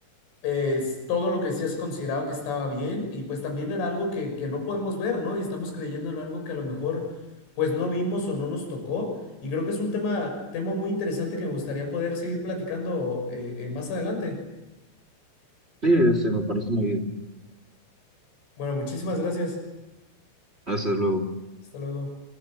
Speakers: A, on the left; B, on the right.
A: es todo lo que decía se consideraba que estaba bien y pues también era algo que, que no podemos ver, ¿no? Y estamos creyendo en algo que a lo mejor pues no vimos o no nos tocó y creo que es un tema, tema muy interesante que me gustaría poder seguir platicando eh, eh, más adelante.
B: Sí, sí, me parece muy bien.
A: Bueno, muchísimas gracias.
B: Hasta luego.
A: Hasta luego.